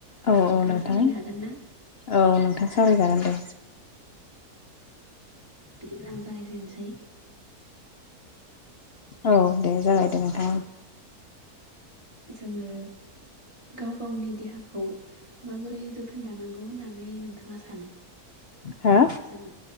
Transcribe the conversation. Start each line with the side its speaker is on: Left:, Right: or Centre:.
Left: औ औ
Right: नोंथाङा
Left: नोंथां
Right: सावरायनो हागोन ना?
Left: औ नोंथां सावरायजागोन दे।
Right: बिदिब्ला आं जागायजेनसै।
Left: औ दे जागाय दे नोंथां।
Right: जोङो गाव गावनि देहाखौ माबोरै जोथोन लानांगौ होननानै नोंथाङा सानो?
Left: हा?
Right: जों